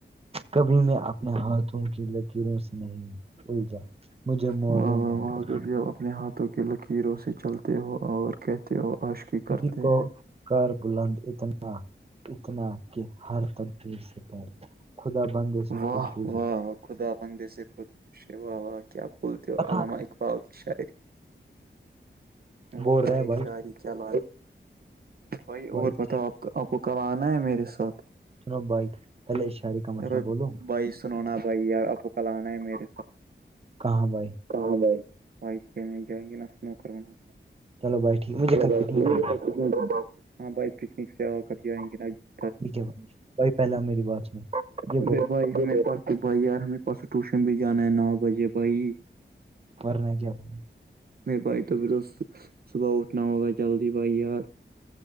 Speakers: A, on the right (about 30°); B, on the right (about 50°).
A: کبھی میں اپنے ہاتھوں کی لکیروں سے نہیں الجا مجھے معلوم
B: واہ واہ
A: ہے
B: واہ
A: کہ
B: کبھی آپ اپنے ہاتھوں کی لکیروں سے چلتے ہو اور کہتے ہو عاشقی کرتے
A: کسی کو
B: ہیں
A: کار بلند اتنا اتنا کہ ہر تبدیر سے پہلے خدا بندے سے
B: واہ
A: خود پوجے
B: واہ واہ! خدا بندے سے خود پوشے واہ واہ کیا بولتے ہو
A: بتا
B: علامہ اقبال کی شاعری ب
A: بول رہے ہیں بھائی
B: شاعری چل بائی
A: بھائی
B: اور پتہ آپ کا <inaudible> آپ کو کل آنا ہے میرے ساتھ
A: جنو بھائی پہلے اشار کا مسئلہ
B: ارے
A: بولو
B: بھائی سنونا بھائی آپو کل آناا ہے میرے ساتھ
A: کہاں بھائی
B: <inaudible> کہاں جھائی بائی کھیلنے جائیں گے نا اس نوکر و نوکر <inaudible>
A: چلو بھائی ٹھیک مجھے
B: ہاں
A: کل پکنک جانا ہے۔
B: بھائی پکنک سے آ کر جائیں گے ن <inaudible>
A: ٹھیک ہے بھائی کوئی پہلا میری بات س <inaudible>
B: ارے بھائی ہمیں پس بھائی یار ہمیں پاسوں ٹیوشن بھی جانا ہے نو بجے بھائی <inaudible>
A: پرن کیا آ <inaudible>
B: نہیں بھائی توبھر تو صبح اٹھنا ہوگا جلدی بھائی یار